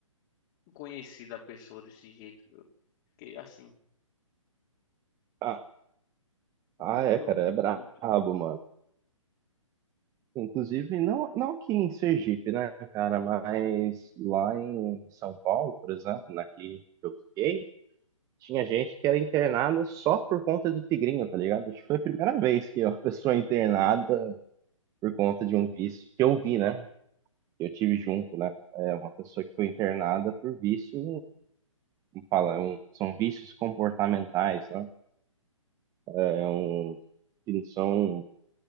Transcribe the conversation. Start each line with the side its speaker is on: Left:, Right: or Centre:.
Left: conhecido a pessoa desse jeito. Eu fiquei assim,
Right: Ah,
Left: muito,
Right: ah, é, cara, é brabo,
Left: muito.
Right: mano. Inclusive, não, não aqui em Sergipe, né, cara, mas lá em São Paulo, por exemplo, na clínica que eu fiquei, tinha gente que era internada só por conta do tigrinho, tá ligado? Acho que foi a primeira vez que uma <laughs> pessoa é internada por conta de um vício, que eu vi, né? eu tive junto, né? É uma pessoa que foi internada por vício, como fala, é um- são vícios comportamentais, né? É um, que não são,